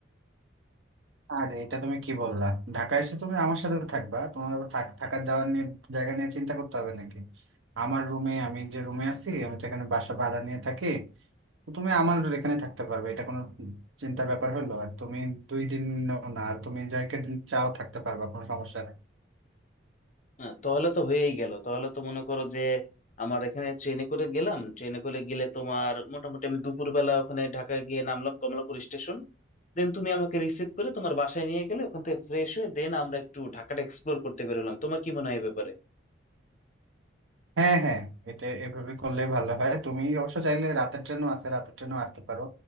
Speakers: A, on the right; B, on the left.
A: আর এটা তুমি কি বললা ঢাকা এসে তুমি আমার সাথে থাকবা তোমার আবার থাক- থাকার যাওয়ার নিয়ে জায়গা নিয়ে চিন্তা করতে হবে নাকি আমার রুমে আমি যে রুমে আছি আমি তো এখানে বাসা ভাড়া নিয়ে থাকি তো তুমি আমার এখানে থাকতে পারবে এটা কোনো চিন্তার ব্যাপার হলো আর তুমি দুই দিন না আর তুমি যাকে দিন চাও থাকতে পারবা কোনো সমস্যা নেই
B: হ্যাঁ তাহলে তো হয়েই গেল তাহলে তো মনে করো যে আমার এখানে ট্রেনে করে গেলাম ট্রেনে করে গেলে তোমার মোটামুটি আমি দুপুরবেলা ওখানে ঢাকা গিয়ে নামলাম কমলাপুর স্টেশন দেন তুমি আমাকে রিসিভ করে তোমার বাসায় নিয়ে গেলে ওখান থেকে ফ্রেশ হয়ে দেন আমরা একটু ঢাকাটা এক্সপ্লোর করতে বেরোলাম তোমার কি মনে হয় এ ব্যাপারে
A: হ্যাঁ হ্যাঁ এটা এভাবে করলে ভালো হয় তুমি অবশ্য চাইলে রাতের ট্রেনও আছে রাতের ট্রেনও আসতে পারো